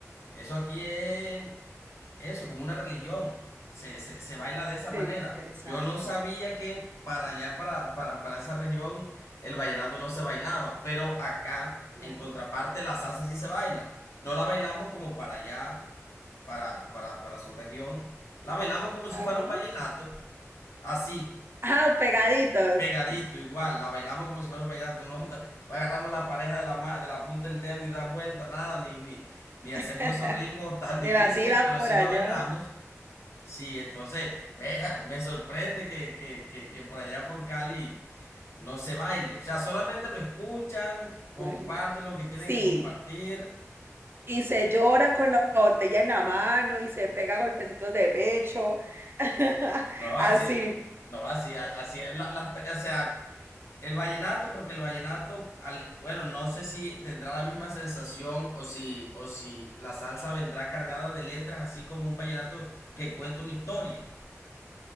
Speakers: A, on the left (about 60°); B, on the right (about 45°).
A: Eso aquí es eso, como una religión. Se, se, se baila de esa
B: qué
A: manera.
B: qué interesante.
A: Yo no sabía que para allá, para, para, para esa región, el vallenato no se bailaba, pero acá,
B: Imagina.
A: en contraparte, la salsa sí se baila. No la bailamos como para allá, para, para, para su región. La bailamos como si
B: Ajá.
A: fuera un vallenato, así,
B: Ah, pegaditos.
A: pegadito, igual. La bailamos como si fuera un vallenato. No, <laughs> anda- no agarramos la pareja de la, ma- de la punta del dedo y dan vuelta, nada, ni, ni, ni hacemos
B: <laughs>
A: esos ritmos tan
B: De
A: difíciles,
B: la tira
A: pero
B: por
A: sí
B: allá.
A: lo bailamos. Sí, entonces, vea, me sorprende que, que, que, que por allá por Cali no se baile. O sea, solamente lo escuchan, comparten
B: Imagino.
A: lo que tienen
B: Sí,
A: que compartir.
B: y se llora con la botella en la mano y se pega golpecitos de pecho. <laughs>
A: No, así,
B: Así.
A: no, así, a- así, la- las pe- o sea, el vallenato, porque el vallenato, al- bueno, no sé si tendrá la misma sensación o si, o si la salsa vendrá cargada de letras, así como un vallenato que cuenta una historia.